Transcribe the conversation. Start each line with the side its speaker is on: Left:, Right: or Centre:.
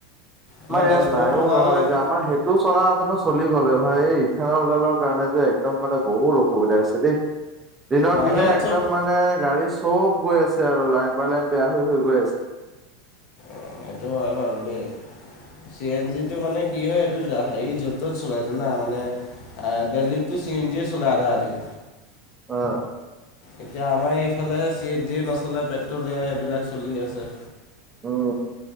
Left: আমাৰ
Right: মই ইয়াত
Left: তেজপুৰত
Right: নাইও
Left: থকা
Right: নহয়
Left: হয়
Right: যে আমাৰ সেই', সেইটো চলা হেতেনো চলি গ'লে ভাই, এই ইথানলডালৰ কাৰণে যে একদম মানে বহুত অসুবিধা হৈছে দেই', দিনক
Left: বাহিৰত
Right: দিনে একদম
Left: চব
Right: মানে গাড়ী চব গৈ আছে আৰু লাইন বাই লাইন বেয়া হৈ হৈ গৈ আছে',
Left: অ', সেইটো হয় বাৰু দেই', চি এন জিটো মানে কি হয় এইটো হেৰি য'ত ত'ত চলাই জানা মানে', অহ', ডেল্লীতটো চি এন জি চলে আধা আধি',
Right: অহ',
Left: এতিয়া আমাৰ এইফালেহে চি এন জি নচলে পেট্ৰল এইবিলাক চলি আছে',
Right: উম',